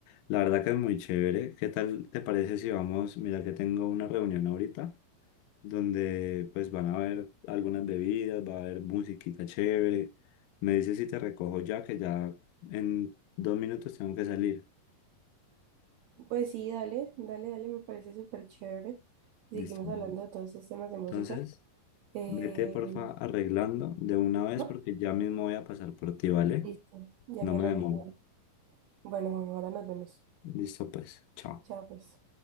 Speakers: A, on the left; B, on the right.
A: la verdad que es muy chévere. ¿Qué tal te parece si vamos? Mira que tengo una reunión ahorita donde pues van a haber algunas bebidas, va a haber musiquita chévere. Me dices si te recojo ya, que ya en dos minutos tengo que salir.
B: Pues sí, dale, dale, dale, me parece súper chévere. Seguimos
A: Listo. amor.
B: hablando de todos esos temas de música.
A: Entonces...
B: Eh,
A: Vete, porfa, arreglando de una vez
B: ajá,
A: porque ya mismo voy a pasar por ti, ¿vale?
B: listo, ya
A: No
B: me
A: me
B: arreglo.
A: demoro.
B: dale. Bueno, ahora nos vemos.
A: Listo, pues. Chao.
B: Chao, pues.